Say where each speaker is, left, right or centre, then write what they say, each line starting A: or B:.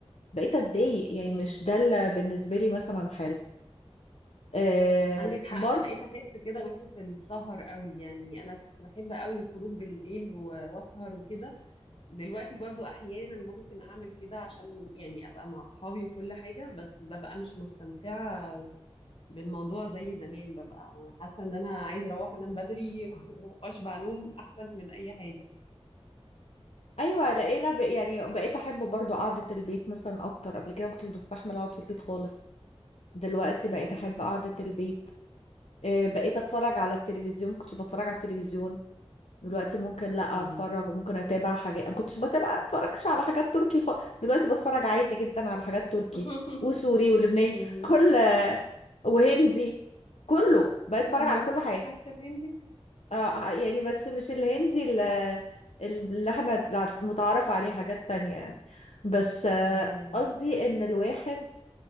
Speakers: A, on the left; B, on the left.
A: بقيت اتضايق يعني
B: أيوه
A: مش ده اللي بالنسبه لي مثلا حلو آه
B: عندك حق
A: برضو
B: أنا بقيت أحس كده برضو في السهر قوي يعني أنا كنت بحب قوي الخروج بالليل و- وأسهر وكده دلوقتي برضو احيانا ممكن اعمل كده عشان يعني ابقى مع اصحابي وكل حاجة بس ببقى مش مستمتعة بالموضوع زي زمان ببقى حاسة ان انا عايزة اروح انام بدري <laughs> واشبع نوم احسن من اي حاجة
A: ايوه لقينا ب... يعني بقيت احب برضو قعده البيت مثلا اكتر قبل كده ما كنتش بستحمل اقعد في البيت خالص دلوقتي
B: مم.
A: بقيت احب قعده البيت آه بقيت اتفرج على التلفزيون ما كنتش بتفرج على التلفزيون دلوقتي ممكن لا
B: مم.
A: اتفرج وممكن اتابع حاجات ما كنتش بتابع اتفرجش على حاجات تركي خ... دلوقتي بتفرج عادي جدا على حاجات تركي
B: <laughs>
A: وسوري ولبناني
B: مم.
A: كل وهندي كله بتفرج
B: مم.
A: على كل حاجه
B: حتى بيندي
A: آه آه، يعني بس مش الهندي اللي, اللي احنا عارف- متعارف عليه حاجات تانية يعني. بس آه،
B: ايوه
A: قصدي ان الواحد